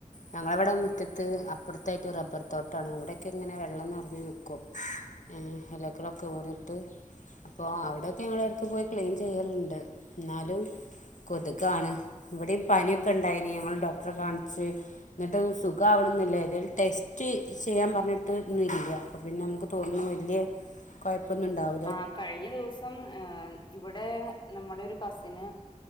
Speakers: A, on the left; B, on the left.
A: ഞങ്ങളവടെ മുറ്റത്ത് അപ്പുറത്തായിട്ട് റബ്ബർ തോട്ടാണ് അവിടെക്കെ ഇങ്ങനെ വെള്ളം നിറഞ്ഞു നിക്കും ഏഹ് എലകളൊക്കെ വീണിട്ട് അപ്പോ അവിടൊക്കെ ഞങ്ങള് എടക്ക് പോയി ക്ലീൻ ചെയ്യല്ണ്ട് എന്നാലും കൊതുകാണ് ഇവിടെ പനിയൊക്കെ ഉണ്ടായിന് ഞങ്ങൾ ഡോക്ടറെ കാണിച്ച് എന്നിട്ട് സുഖം ആവിണന്നില്ല ഏതേലും ടെസ്റ്റ് ചെയ്യാൻ പറഞ്ഞിട്ടൊന്നുല്യ അപ്പ പിന്നെ നമുക്ക് തോന്നും <unintelligible> കൊയപ്പൊന്നുണ്ടാവു
B: ആഹ് കഴിഞ്ഞ ദിവസം ഇപ്പം ഏഹ് ഇവടെ നമ്മുടെ ഒരു കസിന്